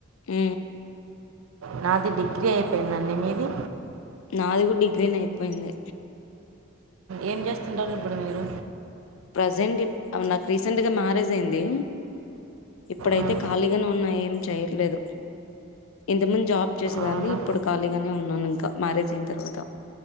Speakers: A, on the left (about 75°); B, on the right (about 85°).
A: ఉ
B: నాది డిగ్రీ అయిపోయిందండి మీది
A: నాది కూడా డిగ్రీనే అయిపోయింది
B: ఏం చేస్తుంటారు ఇప్పుడు మీరు
A: ప్రజెంట్ నాకు రీసెంట్గా మ్యారేజ్ అయింది ఇప్పుడైతే
B: ఉమ్,
A: ఖాళీగానే ఉన్నాయను ఏం చేయట్లేదు ఇంతక ముందు జాబ్ చేసేదాన్ని
B: అవునా
A: ఇప్పుడు ఖాళీగానే ఉన్నాను ఇంకా మ్యారేజ్ అయిన తర్వాత